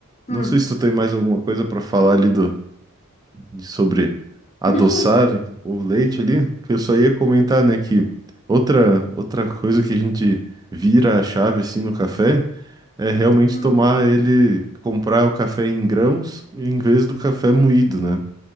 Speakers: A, on the left; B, on the right.
A: Hum.
B: Não sei se tu tem mais alguma coisa pra falar ali do, de- sobre adoçar
A: Não.
B: o leite ali, que eu só ia comentar, né, que outra, outra coisa que a gente vira a chave, assim, no café é realmente
A: Hum.
B: tomar ele, comprar o café em grãos em vez do café moído, né?